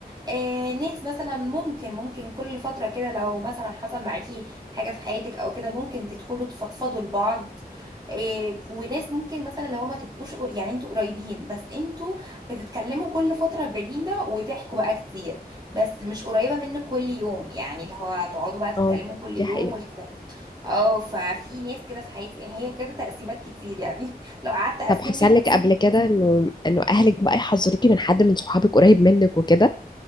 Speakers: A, on the right; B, on the left.
A: آه، ناس مثلا ممكن ممكن كل فترة كده لو مثلا حصل معاكي حاجة في حياتك او كده ممكن تدخلوا تفضفضوا لبعض إيه وناس ممكن مثلا لو ما تبقوش قر- يعني انتوا قريبين بس انتوا بتتكلموا كل فترة بعيدة وتحكوا بقى كتير بس مش قريبة منك كل يوم يعني اللي هو تقعدوا بقى تتكلموا
B: اه
A: كل يوم
B: دي حقيقة
A: والكلام ده. اه ففي ناس كده في حياتي يعني هي بجد تقسيمات كتير يعني <laughs> لو قعدت اقسم
B: طب حصل
A: لك من
B: لك
A: هنا
B: قبل كده انه انه اهلك بقى يحذروكي من حد من صحابك قريب منك وكده